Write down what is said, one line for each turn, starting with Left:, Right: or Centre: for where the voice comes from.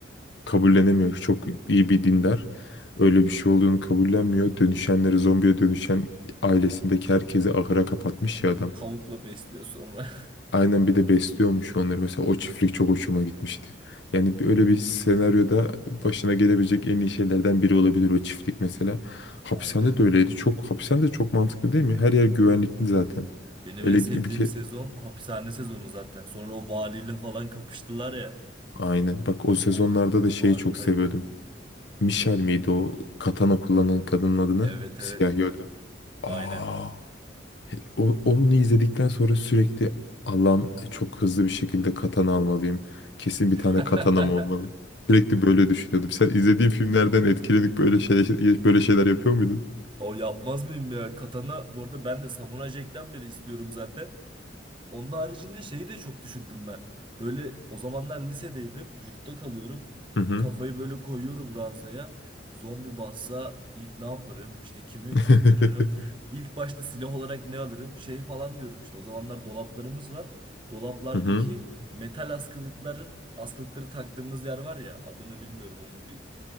Left: kabullenemiyor. Çok iyi bir dindar. Öyle bir şey olduğunu kabullenmiyor. Dönüşenleri zombiye dönüşen ailesindeki herkesi ahıra kapatmış ya adam.
Right: tavukla besliyor sonra.
Left: Aynen bir de besliyormuş onları. Mesela o çiftlik çok hoşuma gitmişti. Yani bir- öyle bir senaryoda başına gelebilecek en iyi şeylerden biri olabilir o çiftlik mesela. Hapishane
Right: <laughs> Aynen.
Left: de öyleydi. Çok hapishane de çok mantıklı değil mi? Her yer güvenlikli zaten.
Right: Benim
Left: Ele
Right: en sevdiğim
Left: bir ke-
Right: sezon hapishane sezonu zaten. Sonra o valiyle falan kapıştılar ya.
Left: Aynen. Bak o sezonlarda
Right: Of
Left: da şeyi
Right: harikaydı.
Left: çok seviyordum. Michelle
Right: Neyi?
Left: miydi o katana kullanan kadının adını?
Right: Evet
Left: Siyahi
Right: evet.
Left: o da. Aa,
Right: Aynen.
Left: he- o, onu izledikten sonra sürekli Allah'ım çok hızlı bir şekilde katana almalıyım. Kesin bir tane
Right: <laughs>
Left: katanam olmalı. Sürekli böyle düşünüyordum. Sen izlediğin filmlerden etkilenip böyle şeyler, böyle şeyler yapıyor muydun?
Right: O yapmaz mıyım ya? Katana bu arada ben de Samuray Jack'ten beri istiyorum zaten. Onun haricinde şeyi de çok düşündüm ben. Böyle o zamanlar lisedeydim. Yurtta kalıyorum.
Left: Hı hı.
Right: Kafayı böyle koyuyorum ranzaya. Zombi bassa ilk ne yaparım? İşte kimi
Left: <laughs>
Right: kurtarırım? İlk başta silah olarak ne alırım? Şey falan diyorum işte. O zamanlar dolaplarımız var. Dolaplardaki
Left: Hı hı.
Right: metal askılıkların askılıkları taktığımız yer var ya adını bilmiyorum onun bir